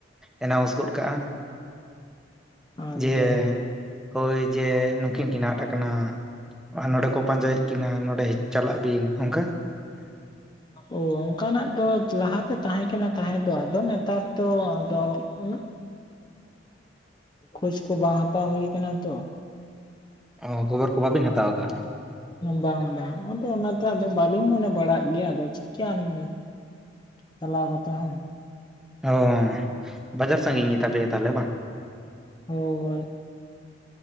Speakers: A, in the centre; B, on the left.
A: ᱮᱱᱟᱣᱩᱱᱥ ᱜᱚᱫ ᱠᱟᱫᱼᱟ
B: ᱟᱫᱚ
A: ᱡᱮ ᱦᱳᱭ ᱡᱮ ᱱᱩᱠᱤᱱ ᱠᱤᱱ ᱟᱫᱽ ᱠᱟᱱᱟ ᱱᱚᱰᱮ ᱠᱚ ᱯᱟᱸᱡᱟᱭᱮᱫ ᱠᱤᱱᱟ ᱱᱚᱰᱮ ᱪᱟᱞᱟᱜ ᱵᱤᱱ ᱚᱝᱠᱟ?
B: ᱚ ᱚᱱᱠᱟᱱᱟᱜ ᱫᱚ ᱞᱟᱦᱟᱛᱮ ᱛᱟᱦᱮᱸ ᱠᱟᱱᱟ ᱛᱟᱦᱮᱸ ᱫᱚ ᱟᱫᱚ ᱱᱮᱛᱟᱨ ᱫᱚ ᱫᱚ ᱩᱱᱟᱹᱜ ᱠᱷᱚᱡᱽ ᱠᱚ ᱵᱟᱝ ᱦᱟᱛᱟᱣ ᱦᱩᱭ ᱠᱟᱱᱟ ᱛᱚ᱾
A: ᱚ ᱠᱷᱚᱵᱚᱨ ᱠᱚ ᱵᱟᱟᱹᱵᱤᱱ ᱦᱟᱛᱟᱣ ᱠᱟᱜᱼᱟ?
B: ᱵᱟᱝ ᱵᱟᱝ ᱟᱫᱚ ᱚᱱᱟᱛᱮ ᱟᱫᱚ ᱵᱟᱞᱤᱧ ᱢᱚᱱᱮ ᱵᱟᱲᱟᱜ ᱜᱮᱭᱟ, ᱟᱫᱚ ᱪᱤᱠᱟᱭᱟᱢ ᱩᱸ ᱪᱟᱞᱟᱣ ᱠᱟᱛᱮ ᱦᱚᱸ᱾
A: ᱦᱳᱭ ᱵᱟᱡᱟᱨ ᱥᱟᱺᱜᱤᱧ ᱜᱮᱛᱟ ᱯᱮᱭᱟ ᱛᱟᱦᱚᱞᱮ ᱵᱟᱝ?
B: ᱦᱳᱭ᱾